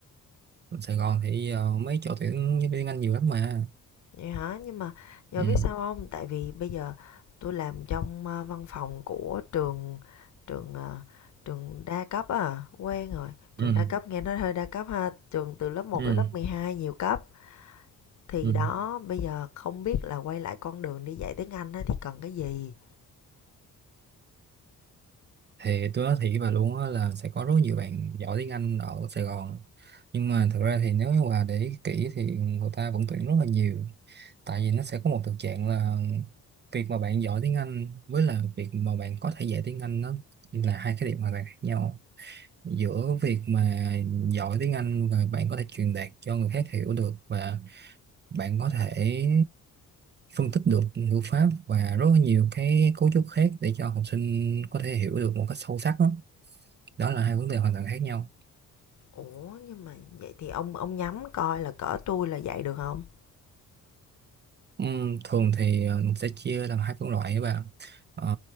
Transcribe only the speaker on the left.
Vậy hả? Nhưng mà giờ
biết sao không? Tại vì bây giờ tôi làm trong ờ, văn phòng của trường trường ờ, trường đa cấp à, quen rồi. Trường
đa cấp nghe nói hơi đa cấp ha, trường từ lớp một
tới lớp 12 nhiều cấp. thì
đó bây giờ không biết là quay lại con đường đi dạy tiếng Anh á thì cần cái gì
ủa nhưng mà vậy thì ông ông nhắm coi là cỡ tôi là dạy được không